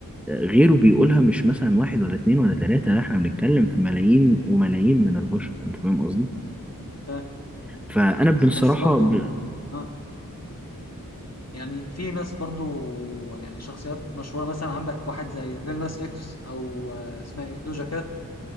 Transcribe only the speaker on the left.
فاهم
بس برضه
اه يعني في ناس برضه يعني شخصيات مشهورة مثلا عندك واحد زي ليل ناس اكس او آه، اسمها ايه دوجا كات